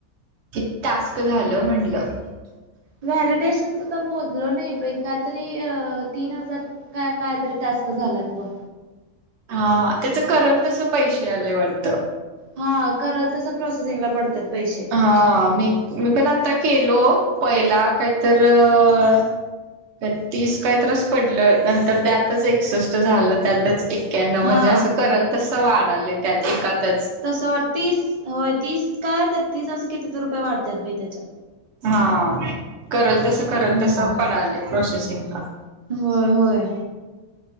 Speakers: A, on the right; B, on the right.
A: किती टास्क झालं म्हटलं?
B: व्हॅलिडेशनच तर मोजलं नाही बाई, काय तरी तीन हजार काय- काय तरी टास्क झालात तुवा.
A: हा त्याचं करलं तसं पैसे आले वाटतं.
B: हा करालं तसं प्रोसेसिंग ला पडतात पैसे.
A: हा अं मी, मी पण आता केलो पहिला काहीतर अ ते टीस काही तरच पडलं नंतर त्यातचं एकसष्ट झालं, त्यातचं ऐक्यानोव
B: हा
A: म्हणजे असं करल तसं वाढाले त्यात एकातचं.
B: तस, तीस होय तीस काय त्या छत्तीस अस किती तर रुपये वाढतात बाई त्याच्यात.
A: हा, करल तस करल
B: हम्म
A: तस पडाले प्रोसेसिंगला.
B: होय होय